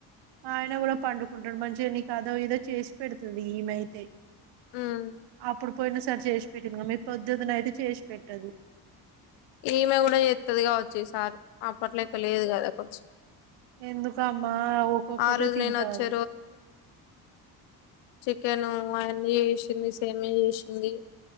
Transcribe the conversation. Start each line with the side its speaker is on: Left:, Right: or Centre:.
Right: ఆయిన కూడా పండు కుంటాడు మంచిగా నీకు అదో ఇదో చేసి పెడుతుంది ఇమైతే
Left: ఉమ్
Right: అప్పుడు ఒకసారి జేసి పెట్టిన మీరు పొద్దున్నయితే చేసి పెట్టదు.
Left: ఈమె కూడా చేత్తది. కావచ్చు ఈ సారి అప్పటి లెక్క లేదు గాదా కొంచెం
Right: ఎందుకమ్మా ఒక్కొక్కతే
Left: ఆ రోజు
Right: తింటంది.
Left: నేను వచ్చే చికెను అవన్నీ జేసింది. సేమ్య జేసింది.